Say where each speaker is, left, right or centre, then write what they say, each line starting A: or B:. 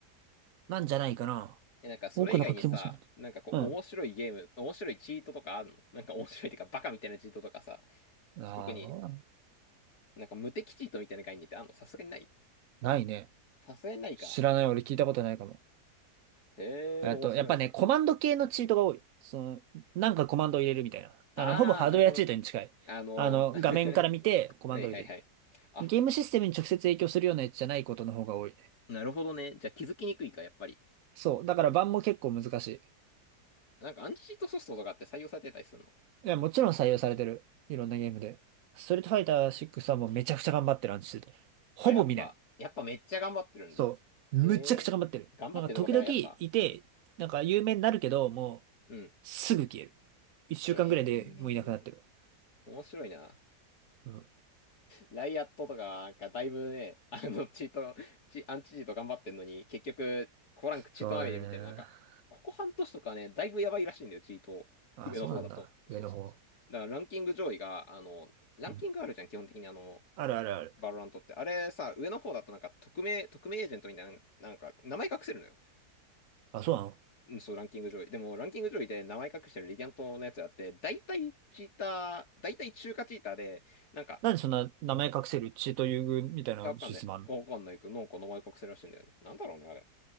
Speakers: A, on the right; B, on the left.
A: なんじゃないかな。
B: え、なんかそれ以外にさ、
A: 多くの書きもそうなんだ。
B: なんかこう面白いゲーム、
A: う
B: 面白いチートとかあるのなんか面白いってかバカみたいなチートとかさ、
A: ん。ああ、
B: 特に
A: な
B: なんか無敵チートみたいな概念ってあんのさすがにない
A: ないね。
B: さすがにないか。
A: 知らない。俺聞いたことないかも。
B: へえ、
A: えっと、
B: 面白いな。
A: やっぱね、コマンド系のチートが多い。その、なんかコマンドを入れるみたいな。
B: ああ、
A: あの、ほぼハードウェアチートに近い。
B: なるほどね。あの、
A: あの、
B: <laughs>
A: 画面から見てコマンドを入れる。
B: はいはいはい。あ、
A: ゲームシステムに直接影響するようなやつじゃないことの方が多いね。
B: なるほどね。じゃあ気づきにくいか、やっぱり。
A: そう。だから版も結構難しい。
B: なんかアンチチートソフトとかって採用されてたりするの
A: いや、もちろん採用されてる。いろんなゲームで。ストリートファイター6はもうめちゃくちゃ頑張ってる話してた。ほぼ見ない。
B: あ、やっぱ、やっぱめっちゃ頑張ってるんだ。
A: そう。
B: へえ。
A: むちゃくちゃ頑張ってる。
B: 頑張ってるとこだよ、
A: なんか時々いて、
B: やっぱ。うん。
A: なんか有名になるけど、も
B: うん。
A: うすぐ消える。一週間ぐらいでもういなくなってる。
B: へえ。面白いな。
A: うん。
B: ライアットとか、なんかだいぶね、あの、チート、チ、アンチチート頑張ってんのに、結局、コランクチートまみれみたいな、
A: そうだね。
B: なんか、ここ半年とかね、だいぶやばいらしいんだよ、チート。
A: あ、
B: 上の方だと。
A: そうなんだ。
B: そうそうそう。
A: 上の方。
B: だからランキング上位が、あの、ランキングあるじゃん、
A: うん。
B: 基本的にあの、
A: あるあるある。
B: バロラントって。あれさ、上の方だとなんか、匿名、匿名エージェントみたいな、なんか、名前隠せるのよ。
A: あ、そうなの
B: うん、そう、ランキング上位。でも、ランキング上位で名前隠してるレギャントのやつがあって、大体チーター、大体中華チーターで、なんか、
A: なんでそんな名前隠せるチート優遇みたいなシステムあんの
B: いやわかんない。わかんないけど、なんか名前隠せるらしいんだよね。なんだろうね、あれ。